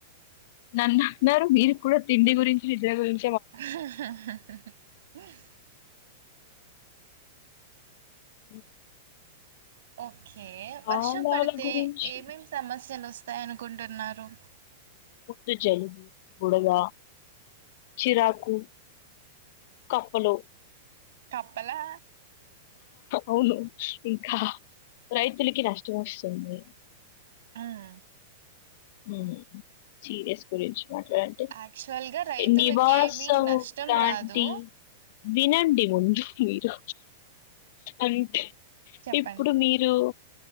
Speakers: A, on the left; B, on the right.
A: నన్నన్నారు, మీరు కూడా తిండి గురించి నిద్ర గురిం
B: <unintelligible>
A: <unintelligible>
B: ఓకే
A: కాలాల
B: వర్షం పడితే,
A: గురించి
B: ఏమేం సమస్యలోస్ స్తాయి అనుకుంటున్నారు.
A: ముందు జలుబు, బుడద, చీరాకు కప్పలు
B: కప్పలా
A: అవును, ఇంకా రైతులకి నష్టం వస్తుంది
B: మ్మ్
A: ఉమ్ చీ ఎస్ అంటే
B: యాక్చువల్గా రైతులకి
A: నివాసం
B: ఏమి నష్టం
A: లాంటి
B: రాదు
A: వినండి ముందు మీరు అంటే
B: చెప్పండి
A: ఇప్పుడు మీరు